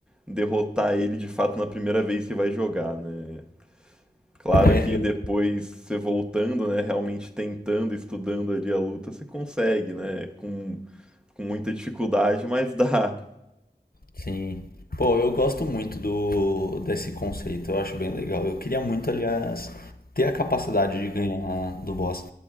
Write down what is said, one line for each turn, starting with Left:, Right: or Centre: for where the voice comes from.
Centre: derrotar ele de fato na primeira vez que vai jogar, né? Claro
Left: É,
Centre: que
Left: eu,
Centre: depois você voltando, né, realmente tentando, estudando ali a luta, você consegue, né, com, com muita dificuldade, mas dá.
Left: Sim. Pô, eu gosto muito do desse conceito, eu acho bem legal. Eu queria muito, aliás, ter a capacidade de ganhar do boss.